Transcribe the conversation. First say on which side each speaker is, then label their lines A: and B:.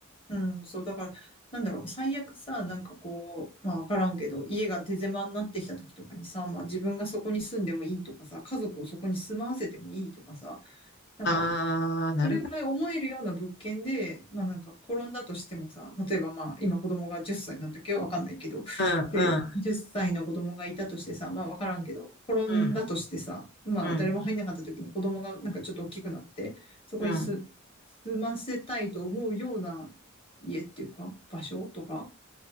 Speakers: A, on the left; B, on the left.
A: うん、そう。だから、なんだろう。最悪さ、なんかこう、まあわからんけど、家が手狭になってきた時とかにさ、まあ自分がそこに住んでもいいとかさ、家族をそこに住まわせてもいいとかさ、なんか、
B: あー、なるほど。
A: それぐらい思えるような物件で、まあなんか転んだとしてもさ、例えばまあ今子供が10歳なんだっけど、わかんないけど、
B: うん、うん、
A: で、10歳の子供がいたとしてさ、まあわからんけど、転んだとしてさ、
B: うん、
A: まあ誰も入んなかった時に子供がなんかちょっと大きくなって、
B: うん、
A: そこにす、
B: うん。
A: 住ませたいと思うような家っていうか、場所とか、